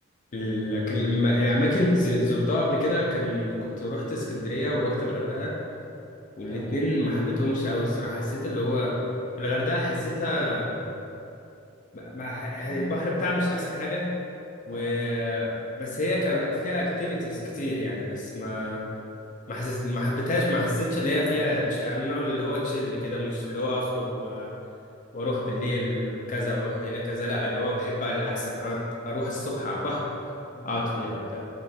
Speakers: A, on the left; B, on the right.
A: لكن الم- الأماكن ز- زرتها قبل كده كان كنت روحت اسكندرية وروحت الغردقة والاتنين
B: تمام
A: ما حبيتهمش أوي الصراحة حسيت اللي هو الغردقة حسيتها ما ما- ح- البحر بتاعها مش أحسن حاجة و
B: تمام
A: بس هي كان فيها اكتيفيتيز كتير يعني بس ما ما حسيت ما حبيتهاش ما حسيتش اللي هي فيها تش... يعني النوع اللي هو تشيل كده مش اللي هو اخرج و... واروح بالليل كذا واروح هنا كذا لا اللي هو بحب على احسن اقعد اروح الصبح على البحر
B: امم
A: اقعد فيها وبتاع